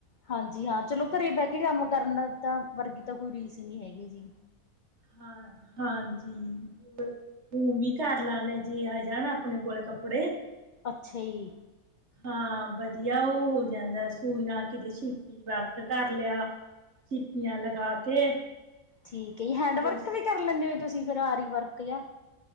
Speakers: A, on the left (about 75°); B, on the right (about 50°).
A: ਹਾਂਜੀ ਹਾਂ, ਚਲੋ ਘਰੇ ਬਹਿ ਕੇ ਕੰਮ ਕਰਨ ਦਾ ਤਾਂ, ਵਰਗੀ ਤਾਂ ਕੋਈ ਰੀਸ ਹੀ ਨਹੀਂ ਹੈਗੀ ਜੀ।
B: ਹਾਂ, ਹਾਂਜੀ ਤੂੰ ਵੀ। ਘਰ ਲਾਉਦੇ ਜੇ ਆ, ਜਾਣਾ ਆਪਣੇ ਕੋਲੇ ਕੱਪੜੇ।
A: ਅੱਛਾ ਜੀ।
B: ਹਾਂ ਵਧੀਆ, ਉਹ ਹੋ ਜਾਂਦਾ ਸੂਈ ਨਾ ਕਿਦੇ ਸ਼ੀ। ਵਰਕ ਕਰ ਲਿਆ, ਸਿਪੀਆਂ ਲਗਾ ਕੇ।
A: ਠੀਕ ਹੈ ਜੀ,
B: ਕਿਤੇ
A: ਹੈਂਡ ਵਰਕ ਵੀ ਕਰ ਲੈਂਦੇ ਹੋ ਤੁਸੀਂ? ਫੇਰ ਆਰੀ ਵਰਕ ਜਾਂ।